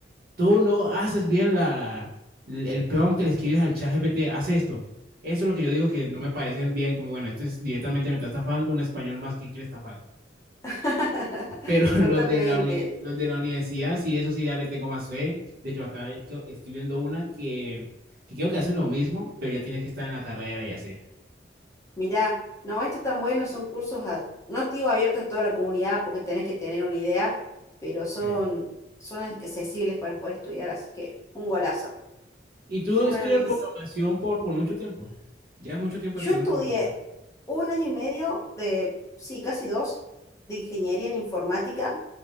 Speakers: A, on the right; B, on the left.
A: tú no haces bien la, el el prompt que le escribes al chat GPT, haz esto. Eso es lo que yo digo que no me parecen bien, como bueno, esto es directamente me está estafando un español más que quiere estafar.
B: <laughs>
A: Pero <laughs>
B: Totalmente.
A: los de la, uni- los de la universidad, sí, eso sí, ya le tengo más fe. De hecho, acá hay- que- estoy viendo una que, que creo que hacen lo mismo, pero ya tienes que estar en la carrera y así.
B: Mirá, no, esto es tan bueno, son cursos, a- no te digo abiertos a toda la comunidad porque tenés que tener una idea, pero son,
A: Sí.
B: son accesibles para poder estudiar, así que un golazo.
A: Y tú
B: Y
A: estudias
B: bueno, Luis,
A: programación por, por mucho tiempo. ya es mucho tiempo
B: yo
A: estudiando
B: estudié
A: programación.
B: un año y medio de, sí, casi dos, de ingeniería en informática,